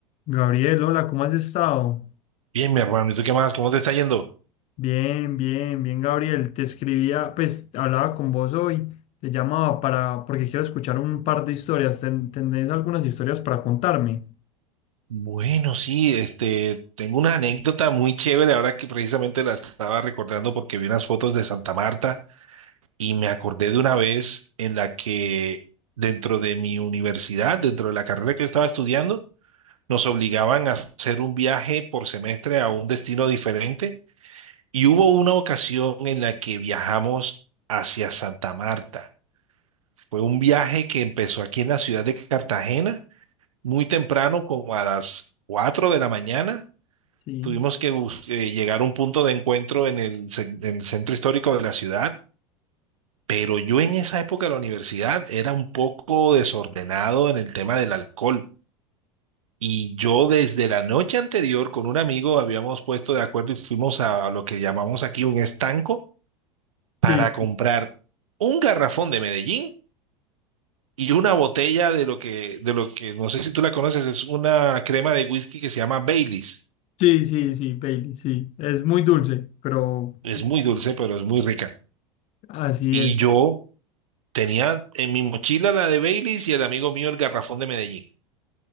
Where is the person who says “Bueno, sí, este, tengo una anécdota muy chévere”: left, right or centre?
Right